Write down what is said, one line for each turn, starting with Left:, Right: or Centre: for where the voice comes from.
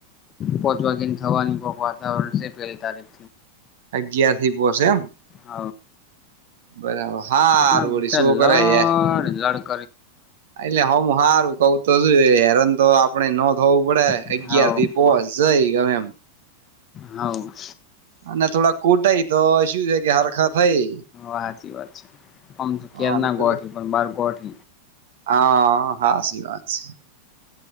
Left: પોહચવાગીને થવાની કોક વાતાવરણ છે પેલતા ર <inaudible>
Right: અગયાર થી પહો છે એમ
Left: હ
Right: બરાબર હારું
Left: ના
Right: વળી
Left: બટ
Right: છોકરા
Left: લડ
Right: હે
Left: લડ <inaudible>
Right: એટલે હ હું સારું કઉ તો શું હેરન તો આપણે ન થવું પડે
Left: તો
Right: અગિયાર થી પોચ જઈ ગમે એમ
Left: હા
Right: અને થોડા કૂટાય તો શું છે કે હરખા થઈ
Left: હાચી વાત આમ તો કેર
Right: અને
Left: ના
Right: પેલું
Left: ગોઠ પણ બાર ગોઠ
Right: હા હા સી વાત છે